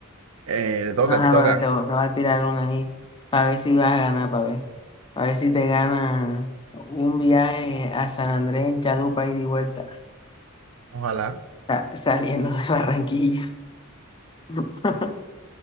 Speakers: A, on the right (about 80°); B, on the left (about 20°).
A: eh, te toca,
B: Ajá,
A: te toca.
B: para ver, te voy te voy a tirar una ahí, para ver si vas a ganar, para ver. Para ver si te gana un viaje a San Andrés en chalupa y de vuelta,
A: Ojalá.
B: sa- saliendo de Barranquilla. <laughs>